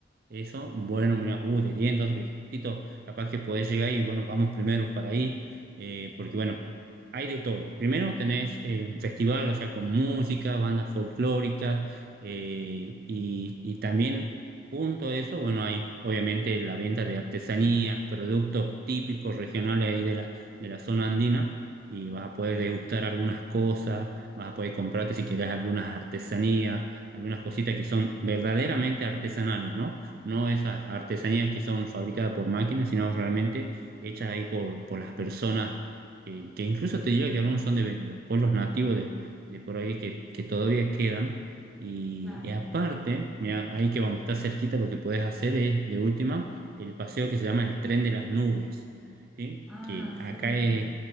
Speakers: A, on the right; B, in the centre.
A: eso, bueno, mira, uh, de 10, entonces, porque justito, capaz que podés llegar y bueno, vamos primero para ahí, eh, porque bueno, hay de todo. Primero tenés eh, un festival, o sea, con música, bandas folclóricas, eh, y, y también junto a eso, bueno, hay obviamente la venta de artesanías, productos típicos regionales ahí de la, de la zona andina, y vas a poder degustar algunas cosas, vas a poder comprarte si querés algunas artesanías, algunas cositas que son verdaderamente artesanales, ¿no? no esas artesanías que son fabricadas por máquinas, sino realmente hechas ahí por, por las personas, que, que incluso te diría que algunos son de de pueblos nativos de, de por ahí que, que todavía quedan. Y,
B: Claro.
A: y aparte, mira, ahí que vamos, está cerquita, lo que puedes hacer es, de última, el paseo que se llama el Tren de las Nubes, ¿sí?
B: Ah,
A: Que acá
B: sí.
A: es,